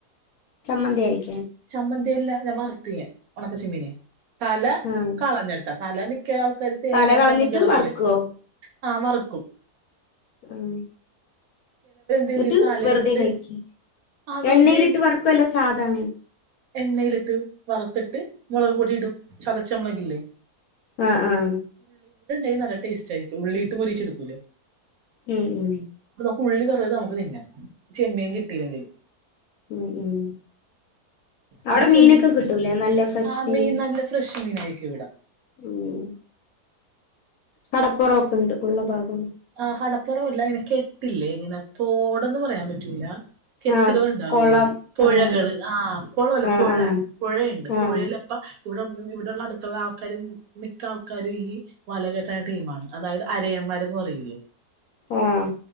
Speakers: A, on the left; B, on the right.
A: ചമ്മന്തിഅരകും.
B: ചമ്മന്തിയല്ല ഞാൻ വറുത്ത് യ ഉണക്ക ചെമ്മീന് തല
A: ആഹ്
B: കളഞ്ഞിട്ട്. തല ഒക്ക ആൾക്കാര് തേങ്ങാ
A: തല കളഞ്ഞിട്ട്
B: ചമ്മന്തി അടക്കൂലൊ
A: വറക്കുവോ
B: ആഹ് മറക്കും
A: ആഹ
B: ചെയ്യും
A: എന്നിട്ട്
B: ഈ തല
A: വെറുതെ
B: എടുത്ത്
A: കഴിക്ക
B: ആ വെറുതെ
A: എണ്ണയിലിട്ട് വർക്കുംല്ല. സാധാ
B: എണ്ണയിലിട്ട് വറുത്തിട്ട്. മുളക് പൊടി ഇടും ചതച്ച മുളകില്ലേ.
A: ആഹ ആഹ
B: എ നല്ല ടേസ്റ്റ് ആയിരിക്കും ഉള്ളി ഇട്ട് പൊരിയിച്ച എടുക്കൂല്ലേ.
A: ഉം ഉം
B: പുള്ളി പറയത് നമുക്ക് തിന്ന ചെമ്മിയൻ കിട്ടിയില്ലെങ്കിൽ.
A: ഉം ഉം അവിടെ
B: ഇപ്പ ചെമ്മീൻ
A: മീനൊക്കെ കിട്ടൂലേ നല്ല ഫ്രഷ്
B: ആ
A: മീന്
B: മീൻ നല്ല ഫ്രഷ് മീൻ ആയിരിക്കും ഇവിടോ.
A: ഉം കടപ്പുറൊക്കെ ഉണ്ട് ഉള്ള ഭാഗം.
B: ആഹ കടപ്പുറംല്ല അങ്ങനെ കെട്ടില്ലേ? ഇങ്ങനെ തോടന്ന് പറയാൻ പറ്റൂല. കെട്ടുകൾ
A: ആഹ്
B: ഉണ്ടാവൂലേ
A: കൊളം
B: പുഴകള്.
A: അങ്ങനെയൊക്കെ
B: ആഹ് കുളല്ല
A: ആഹ്
B: പുഴ
A: ആഹ്
B: പുഴയുണ്ട്.
A: ആഹ്
B: പുഴയിലപ്പ ഇവിടെ ഇവിടെള്ള അടുത്തുള്ള ആൾക്കാരും മിക്ക ആൾക്കാരും. ഈ വലകറ്റായ ടീണ് അതായത്. അര <unintelligible> പറയില്ലേ
A: ആഹ